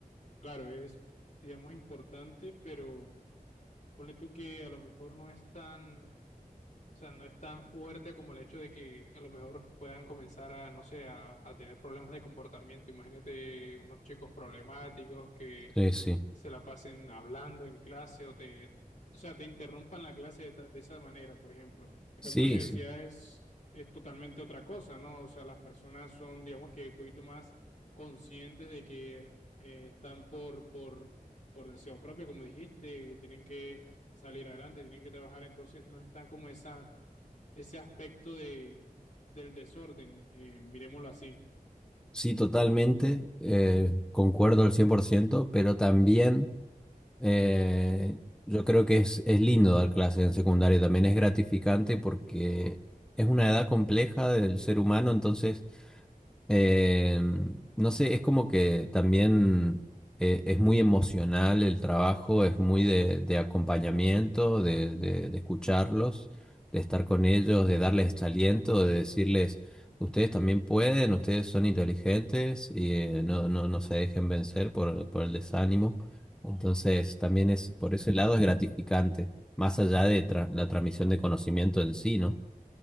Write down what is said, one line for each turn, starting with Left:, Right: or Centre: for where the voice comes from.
Left: claro, es, digamos, importante, pero ponle tú que a lo mejor no es tan o sea, no es tan fuerte como el hecho de que a lo mejor puedan comenzar a, no sé, a, a tener problemas de comportamiento. Imagínate unos chicos problemáticos que
Centre: Sí, sí.
Left: se la pasen hablando en clase o te, o sea, te interrumpan la clase de, ta- de esa manera, por ejemplo. En
Centre: Sí,
Left: cambio, la universidad
Centre: sí.
Left: es, es totalmente otra cosa, ¿no? O sea, las personas son, digamos que un poquito más conscientes de que eh, están por, por, por deseo propio, como dijiste, que tienen que salir adelante, tienen que trabajar, entonces no están como esa ese aspecto de, del desorden, eh, miremoslo así.
Centre: Sí, totalmente. eh, concuerdo al cien por ciento pero también eh, yo creo que es, es lindo dar clases en secundaria. También es gratificante porque es una edad compleja del ser humano, entonces Eh, no sé, es como que también eh, es muy emocional el trabajo, es muy de, de acompañamiento, de, de- de escucharlos, de estar con ellos, de darles este aliento, de decirles, ustedes también pueden, ustedes son inteligentes y eh, no, no, no se dejen vencer por, por el desánimo. Entonces, también es, por ese lado es gratificante, más allá de tra- la transmisión de conocimiento en sí, ¿no?